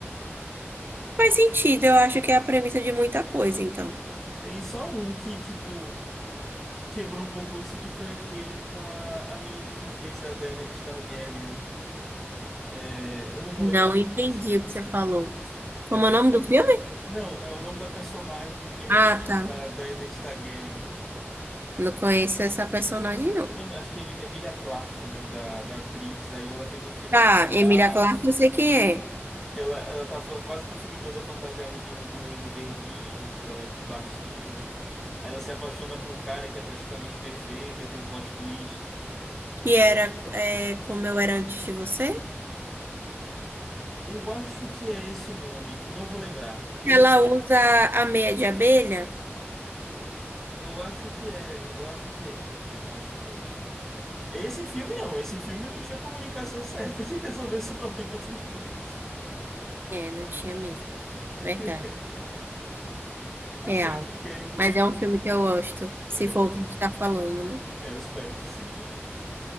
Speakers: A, on the right; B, in the centre.
A: faz sentido. Eu acho que é a premissa de muita coisa, então.
B: Tem só um que, tipo, que quebrou um pouco isso, que foi aquele com a, a menina que fez a Daenerys Targaryen. É, eu não vou
A: Não
B: lembrar o
A: entendi
B: nome desse filme.
A: o que você falou. Como
B: É porque,
A: é o nome do filme?
B: não, é o nome da personagem de Game
A: Ah,
B: of Thrones,
A: tá.
B: da Daenerys Targaryen.
A: Não conheço essa personagem, não.
B: Eu não- acho que é Emilia Clarke é o nome da, da atriz. Aí ela fez um filme
A: Tá,
B: de
A: Emilia
B: Natal,
A: Clarke, eu sei quem é.
B: que ela, ela tá falando quase que o filme todo é fantasiada de um duende verdinho, que ela é baixinha. Aí ela se apaixona por um cara que é praticamente perfeito, aí tem um plot twist.
A: Que era é, como eu era antes de você?
B: Eu acho que é esse o nome, não vou lembrar. Eu
A: Ela usa a meia de abelha?
B: Eu acho que é, eu acho que é, eu acho que é. Esse filme não, esse filme não tinha comunicação <laughs> certa que resolvesse o problema dos dois.
A: É, não tinha mesmo.
B: <laughs>
A: Verdade.
B: Tá
A: Real.
B: certo que aí tu
A: Mas
B: deixa
A: é
B: aqui.
A: um filme que eu gosto, se
B: É,
A: for
B: eu
A: o que a gente tá falando, né?
B: é, eu espero que seja.